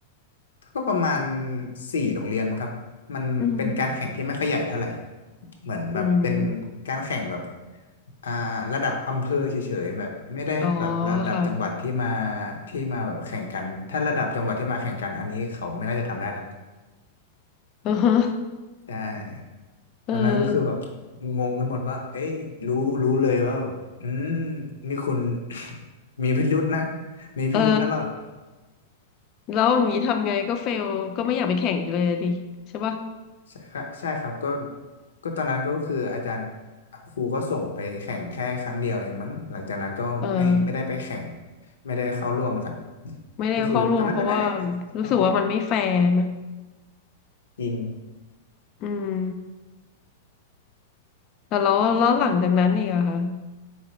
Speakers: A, on the left; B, on the left.
A: ก็ประมาณสี่โรงเรียนมั้งครับมันเป็นการแข่งที่ไม่ค่อยใหญ่เท่าไหร่
B: อืม
A: เหมือนแบบเป็น
B: อืม
A: การแข่งแบบอ่าระดับอำเภอเฉยๆแบบไม่ได้แบบระดับจังหวัดที่มา
B: อ๋อค่ะ
A: ที่มาแบบแข่งกันถ้าระดับจังหวัดที่มาแข่งกันอันนี้เขาไม่น่าจะทำได้ละ
B: <laughs> อือฮะ
A: ใช่
B: เออ
A: ตอนนั้นก็คือแบบงงกันหมดว่าเอ้ยรู้รู้เลยว่าอืมนี่คุณ <coughs> <laughs> มีพิรุธนะมีพิรุธนะหล่อน
B: เออแล้วอย่างนี้ทำไงก็เฟลก็ไม่อยากไปแข่งอีกเลยดิใช่ป่ะ
A: <coughs> ใช่ครับใช่ครับก็ก็ตอนนั้นก็คืออาจารย์ครูก็ส่งไปแข่งแค่ครั้งเดียวเองมั้งหลังจากนั้นก็ไม่ไม่ได้ไปแข่ง
B: เออ
A: ไม่ได้เข้าร่วมครับ
B: ไม่ได้เข้าร่วมเพราะว่า
A: ก็คือตอนนั้นก็ได้
B: รู้สึกว่ามันไม่แฟร์ไหม
A: เอ่อจริง
B: อืมแต่แล้วแล้วหลังจากนั้นอีกอะคะ